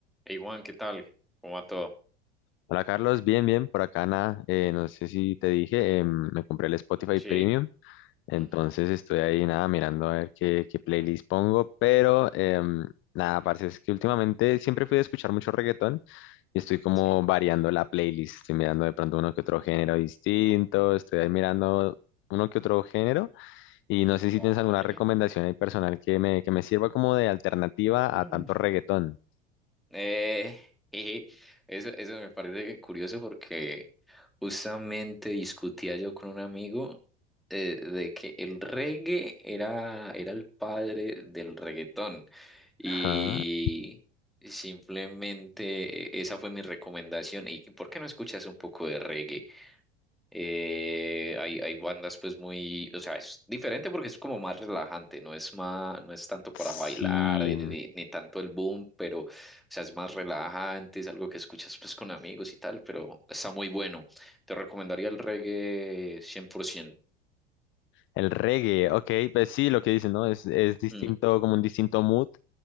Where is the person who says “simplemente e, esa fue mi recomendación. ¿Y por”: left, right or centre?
Centre